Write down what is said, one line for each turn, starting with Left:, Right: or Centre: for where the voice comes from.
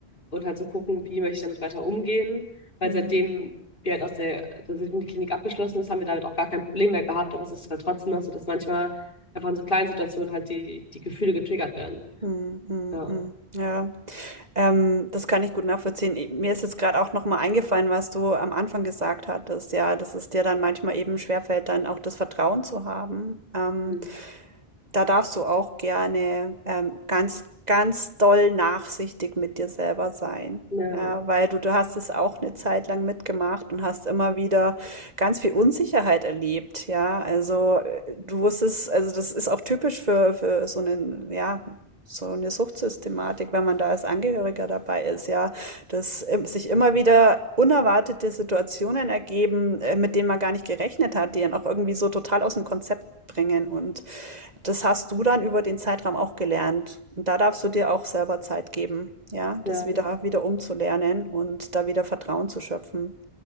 Left: und halt so gucken, wie möchte ich damit weiter umgehen. Weil
Right: hm,
Left: seitdem wir halt aus der, seitdem die Klinik abgeschlossen ist, haben wir damit auch gar kein Problem mehr gehabt. Aber es ist halt trotzdem noch so, dass manchmal einfach in so kleinen Situationen halt die, die Gefühle getriggert werden.
Right: hm, hm,
Left: Ja.
Right: hm. Ja, ähm, das kann ich gut nachvollziehen. Ich- Mir ist jetzt gerade auch nochmal eingefallen, was du am Anfang gesagt hattest, ja, dass es dir dann manchmal eben schwerfällt, dann auch das Vertrauen zu haben. Ähm,
Left: Mhm.
Right: da darfst du auch gerne ähm, ganz, ganz doll nachsichtig mit dir selber sein.
Left: Ja,
Right: Ja, weil du, du hast es auch eine Zeit lang mitgemacht und hast immer wieder ganz viel Unsicherheit erlebt. Ja, also äh, du wusstest, also das ist auch typisch für, für so einen, ja, so eine Suchtsystematik, wenn man da als Angehöriger dabei ist, ja, dass ähm, sich immer wieder unerwartete Situationen ergeben, äh, mit denen man gar nicht gerechnet hat, die dann auch irgendwie so total aus dem Konzept bringen und das hast du dann über den Zeitraum auch gelernt. Und da darfst du dir auch selber Zeit geben, ja,
Left: ja,
Right: das wieder, wieder umzulernen und da wieder Vertrauen zu schöpfen.